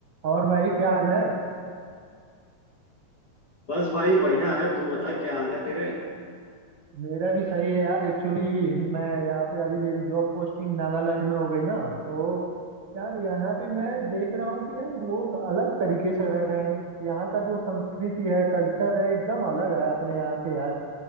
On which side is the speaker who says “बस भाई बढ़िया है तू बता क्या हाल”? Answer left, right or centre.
Left